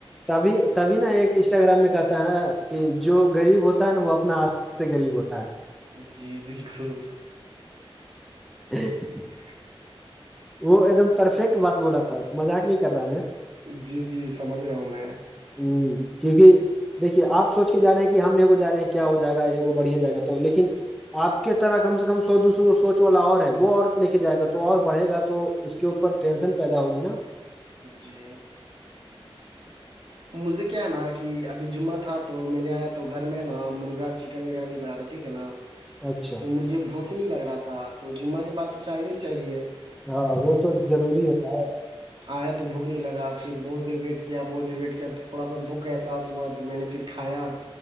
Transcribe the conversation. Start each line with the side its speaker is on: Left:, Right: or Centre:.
Centre: تبھی تبھی نا ایک انسٹاگررام میں کہتا ہے نا کہ جو غریب ہوتا ہے نا وہ اپنا ک سے غریب ہوتا ہے
Right: جی بالکل
Centre: جی <unintelligible>
Right: ج <unintelligible> <unintelligible>
Centre: وہ ایک دم پرفیکٹ بات بولا تھا مذاق نہیں کر رہا میں
Right: جی جی سمجھ رہا ہوں میں
Centre: ہوں کیونکہ دیکھیے آپ سوچ کے جا رہے ہیں کہ ہمےگو جا رہے ہیں کیا ہو جائے گاگو بڑھیا جائے گا تو لیکن آپ کے طرح کم سے کم سو دو سو کو سوچ والا اور ہے وہ اور لے کے جائے گا تو اور بڑھے گا تو اس کے اوپر ٹینشن پیدا ہوگی نا
Right: جی مجھے کیا ہے نا کہ ابھی جمعہ تھا تو میں نے آیا تو گھر میں نا مرغا چکن وغیرہ نہیں بناتا تھا ٹھیک ہے نا
Centre: اچھا
Right: تو مجھے بھوک ہی نہیں لگ رہا تھا تو جمعہ کے بات تو چاہیے ہی چاہیے
Centre: ہاں وہ تو ضروری ہوتا ہے
Right: آیا تو بھوک نہیں لگا پھر بہت دیر ویٹ کیا بہت دیر ویٹ کیا تو تھوڑا سا بھوک احساس ہوا تو میں نے پھر کایا